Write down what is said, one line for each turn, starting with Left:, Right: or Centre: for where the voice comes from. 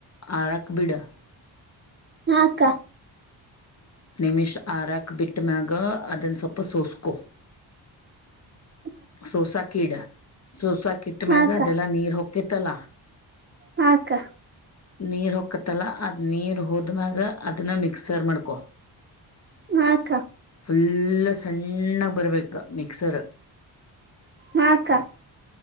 Left: ಹರಾಕ್ ಬಿಡ
Right: ಹಾಕ್ಕ
Left: ನಿಶಾ ಆರೋಗ್ಯ ಬಿಟ್ಟು ಮೇಲೆ ಸ್ವಲ್ಪ ಸೋಸಿಕೋ
Right: <inaudible>
Left: ಸೋಸಾ ಕೀಡ ಸೋಸಾ ಕಿಟ್ಟ
Right: ಹಾಕ್ಕ
Left: ಮ್ಯಾಗ ಅದೆಲ್ಲ ನೀರ್ ಹೊಕ್ಕತ್ತಲ್ಲ
Right: ಹಕ್ಕ
Left: ನೀರ್ ಹಕತ್ತಲ್ಲ ಅದ್ ನೀರ್ ಹೋದ್ಮ್ಯಾಗ ಅದನ್ನ ಮಿಕ್ಸರ್ ಮಾಡ್ಕ ಕ
Right: ಹಾಕ್ಕ
Left: ಫುಲ್ಲ ಸಣ್ಣಾಗಿ ಬರಬೇಕು ಮಿಕ್ಸರ್
Right: ಹಾಕ್ಕ